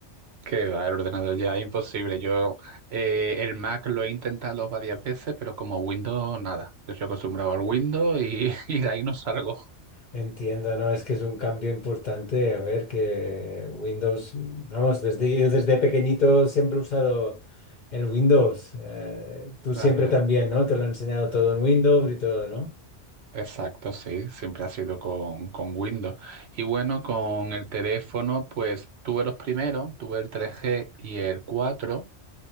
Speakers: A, on the right (about 65°); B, on the left (about 50°).
A: Que va, el ordenador ya es imposible. Yo eh, el Mac lo he intentado varias veces, pero como Windows nada. Yo estoy acostumbrado al Windows y, <laughs> y de ahí no salgo.
B: Entiendo, ¿no? Es que es un cambio importante. A ver, que Windows, vamos, desde, yo desde pequeñito siempre he usado el Windows. Eh, tú
A: Claro,
B: siempre también, ¿no? Te lo he enseñado todo en Windows y todo, ¿no?
A: exacto, sí, siempre ha sido con, con Windows. Y bueno, con el teléfono, pues tuve los primeros, tuve el 3G y el 4